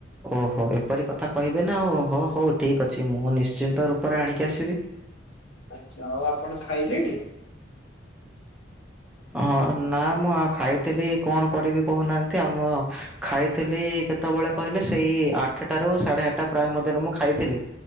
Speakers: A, in the centre; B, on the left (about 80°).
A: ଓହୋ ଏପରି କଥା କହିବେ ନା ହୋ ହୋ ହଉ ଠିକ୍ ଅଛି ମୁଁ ନିଶ୍ଚିନ୍ତ ରୂପରେ ଆଣିକି ଆସିବି।
B: ଆଛା ଆଉ ଆପଣ ଖାଇଲେଣି?
A: ହଁ ନା ମୁଁ ଖାଇଥିଲି କଣ କରିବି କହୁନାହାନ୍ତି ଆମ ଖାଇଥିଲି କେତେବେଳେ କହିଲେ ସେଇ ଆଠଟା ରୁ ସାଢେ ଆଠଟା ପ୍ରାୟ ମଧ୍ୟରେ ମୁଁ ଖାଇଥିଲି।